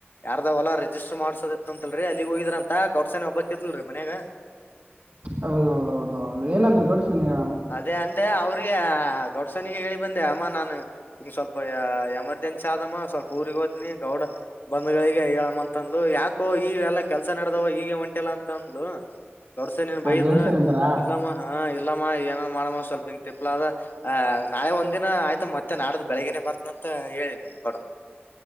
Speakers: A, on the left; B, on the right.
A: ಯಾರದ ಹೊಲ ರಿಜಿಸ್ಟರ್ ಮಾಡ್ಸೋದಿತ್ತ ಅಂತಲ್ರಿ ಅಲ್ಲಿಗ್ ಹೋಗಿದ್ರ ಅಂತ ಗೌಡ್ಸಾನೆ ಒಬ್ಬಕ್ತ್ಲ್ರರಿ ಮನ್ಯಾಗ.
B: ಹೌದೌದೌದೌದು ಏನಂದ್ರ ಗೋಡ್ಸಿನ ಅಂದ್ರ.
A: ಅದೇ ಅಂದೆ ಅವ್ರಿಗೆ ಗೌಡ್ಸನಿಗೆ ಹೇಳಿ ಬಂದೆ ಅಮ್ಮ ನಾನನ್ ಹಂಗ ಸ್ವಲ್ಪ ಎಮರ್ಜೆನ್ಸಿ ಆದಮ್ಮ ಸ್ವಲ್ಪ ಊರಿಗೆಗ್ ಹೋ್ನಿ ಗೌಡ ಬಂಧಗಳಿಗೆ ಹೇಳಮ್ಮ ಅಂತ ಅಂದ್ಲು ಯಾಕೋ ಈ ಎಲ್ಲಾ ಕೆಲ್ಸ ನಡೆದವ ಈಗ ಹೊಂಟಿಲ್ಲ ಅಂತಂದ್ಲು ಗೌಡ್ಸನಿ.
B: ಹಾ
A: ಬೈಲ
B: ಗಡ್ಸನ್ ಅಂದ್ರ
A: ಇಲ್ಲಾಮ ಹ. ಇಲ್ಲಮ್ಮ ಏನನ್ ಮಾಡಮ್ಮ ಸ್ವಲ್ಪ ಹಿಂಗ ತಿಪ್ಪಲ ಅ ಅ ನಾಳೆ ಒಂದ ದಿನ ಆಯ್ತಾ ಮತ್ತೆ ನಾಡ್ದ ಬೆಳಗ್ಗೇನೆ ಬರ್ತನ ಅಂತ ಹೇಳಿನಿ ನೋಡ.